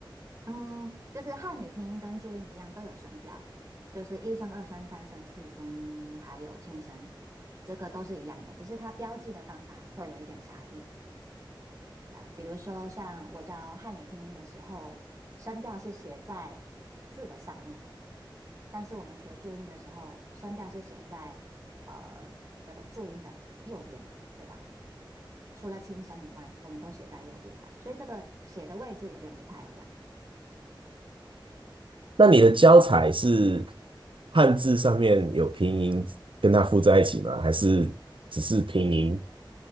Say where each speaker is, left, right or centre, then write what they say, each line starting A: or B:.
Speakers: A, on the right; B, on the right.
A: 嗯，就是汉语拼音跟注音一样都有声调，就是一声、二声、三声、四声，还有轻声，这个都是一样的，只是它标记的方法会有一点差异。对啊比如说像我教汉语拼音的时候，声调是写在字的上面，但是我们学注音的时候，声调是写在呃这个注音的右边，对吧？除了轻声以外，我们都写在右边吧，所以这个写的位置有点不太一样。
B: 那你的教材是汉字上面有拼音跟它附在一起吗？还是只是拼音